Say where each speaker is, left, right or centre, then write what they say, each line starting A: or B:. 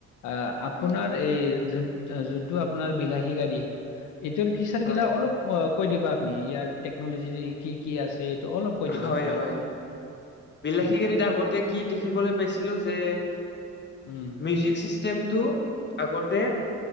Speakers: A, on the left; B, on the left.
A: আ আপোনাৰ
B: হয়
A: এই যোনটো যোনটো আপোনাৰ বিলাহী গাড়ী এইটোৰ ফিচাৰ
B: হয়
A: গিলা অলপ অ', কৈ দিবা আপুনি ইয়াৰ টেকনলজি কি কি আছে এইটো অলপ কৈ দিবা
B: হয়
A: আপুনি।
B: হয়। বিলাসী
A: উম,
B: গাড়ীত আগতে কি দেখিবলৈ পাইছিলো যে
A: উম।
B: মিউজিক ছিষ্টেমটো আগতে